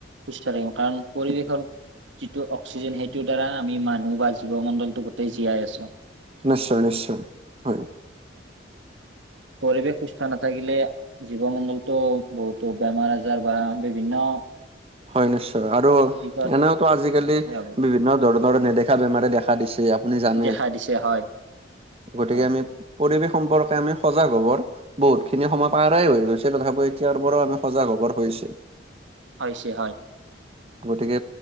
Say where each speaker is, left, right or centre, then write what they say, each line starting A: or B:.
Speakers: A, on the right (about 85°); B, on the right (about 30°).
A: সুস্থ থাকিম কাৰণ পৰিৱেশৰ যিটো অক্সিজেন সেইটোৰ দ্বাৰা আমি মানুহ বা জীৱমণ্ডলটো গোটেই জীয়াই আছোঁ।
B: নিশ্চয়-নিশ্চয়, হয়।
A: পৰিৱেশ সুস্থ নাথাকিলে জীৱমণ্ডলতো বহুতো বেমাৰ-আজাৰ বা বিভিন্ন
B: হয় নিশ্চয় আৰু
A: দিশত
B: এনেওতো আজিকালি
A: সেই হ'ব
B: বিভিন্ন ধৰণৰ নেদেখা বেমাৰে দেখা দিছে। আপুনি জানে
A: দেখা দিছে হয়
B: গতিকে
A: হয়
B: আমি পৰিৱেশ সম্পৰ্কে আমি সজাগ হ'বৰ। বহুতখিনি সময় পাৰেই হৈ গৈছে তথাপিও এতিয়াৰ পৰাও আমি সজাগ হবৰ হৈছে।
A: হৈছে হয়।
B: গতিকে